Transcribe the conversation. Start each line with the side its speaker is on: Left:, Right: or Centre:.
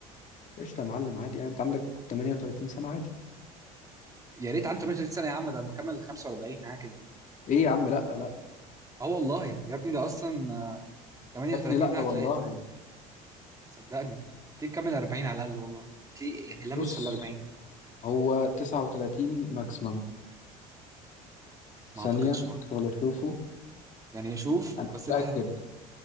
Left: قشطه يا معلم عادي يعني انت عندك 38 سنة عادي
Right: يا ريت عنده 38 سنه يا عم ده مكمل 45 حاجه كده
Left: ايه يا عم لا لا
Right: اه والله يا ابني ده اصلا آه، 38
Left: يا ابني لا
Right: ده
Left: والله
Right: هتلاقي صدقني تلاقيه مكمل 40 على الاقل والله تلاقيه يعني لمس
Left: بص
Right: في ال 40
Left: هو 39 ماكسيمم
Right: ما
Left: ثانية
Right: اعتقدش ما اعتقد
Left: ولا اشوفه
Right: يعني شوف
Left: انا
Right: بس
Left: متأكد
Right: انت هت...